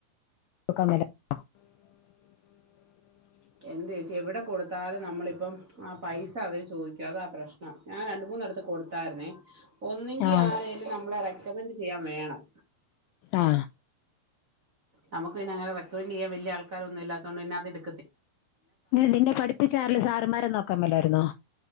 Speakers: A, on the left; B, on the right.
A: <unintelligible>
B: എന്ത് ഏച്ചി എവിടെ കൊടുത്താലും നമ്മളിപ്പം ആ പൈസ അവര് ചോദിക്കും അതാ പ്രശ്നം ഞാൻ രണ്ട് മൂന്നിടത്ത് കൊടുത്തായിരുന്നെ ഒന്നങ്കി
A: ആ
B: ആരേലും നമ്മളെ റെക്കമെന്റ് ചെയ്യാൻ വേണം
A: ആ
B: നമുക്ക് പിന്നെ അങ്ങനെ റെക്കമെന്റ് ചെയ്യാൻ വല്യ ആൾക്കാരൊന്നും ഇല്ലാത്തോണ്ട് പിന്ന അത് എടു
A: നിന്നെ പഠിപ്പിച്ചാരെല്ല സാറന്മാരെ നോക് കമ്മലായിരുന്നോ